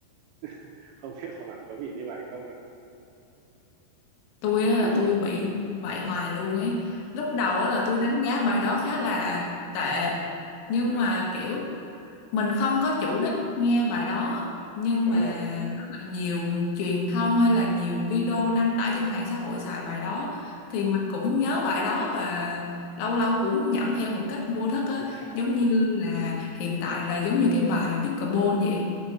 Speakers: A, on the right; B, on the left.
A: <laughs> không biết là bạn có bị như vậy không á
B: tôi á
A: ví
B: là
A: dụ
B: tôi bị vậy hoài luôn ấy lúc
A: ờ,
B: đầu á là tôi đánh giá bài đó khá là tệ nhưng
A: ờ,
B: mà kiểu mình không có chủ đích nghe bài đó nhưng
A: đúng
B: mà
A: không
B: rất là nhiều truyền thông hay là nhiều video đăng tải trên mạng xã hội xài bài đó thì mình cũng nhớ bài đó và lâu lâu cũng nhẩm theo một cách vô thức á
A: Ờ,
B: giống như là hiện tại là giống như cái bài Pickleball vậy